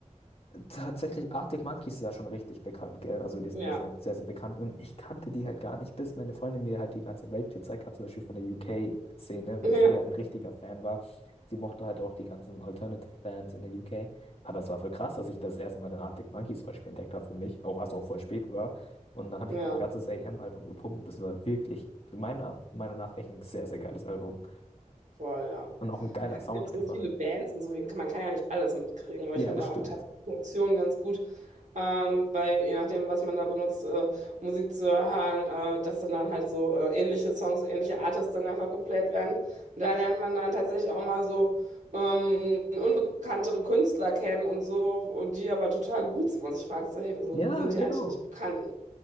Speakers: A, on the left; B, on the right.
A: Tatsächlich, Arctic Monkeys ist ja schon richtig bekannt, gell? Also die sind
B: ja,
A: ja schon sehr, sehr bekannt. Und ich kannte die halt gar nicht, bis meine Freundin mir halt die ganze Welt gezeigt hat, zum Beispiel von der UK-Szene, weil
B: <laughs> ja,
A: sie halt ein richtiger Fan war. Sie mochte halt auch die ganzen Alternative-Bands in der UK. Aber es war voll krass, dass ich das erste Mal den Arctic Monkeys zum Beispiel entdeckt habe für mich, auch was auch voll spät war. Und dann habe
B: ja.
A: ich dann ein ganzes AM-Album gepumpt und das war wirklich, für meiner Meinung nach, echt ein sehr, sehr geiles Album.
B: Voll, ja.
A: Und auch ein geiler
B: Ja,
A: Sound
B: es gibt so
A: einfach.
B: viele Bands und so, viel- man kann ja nicht alles mitkriegen, aber
A: Ja,
B: ich finde
A: das stimmt.
B: auch teilweise Funktionen ganz gut, ähm, bei, je nachdem, was man da benutzt, äh, Musik zu hören, äh, dass dann, dann halt so äh, ähnliche Songs, ähnliche Artists dann einfach geplayt werden. Und da lernt man dann tatsächlich auch mal so ähm, unbekanntere Künstler kennen und so, und die aber total gut sind. Und ich frage so, hey, sind,
A: Ja,
B: sind die
A: genau.
B: eigentlich nicht bekannt?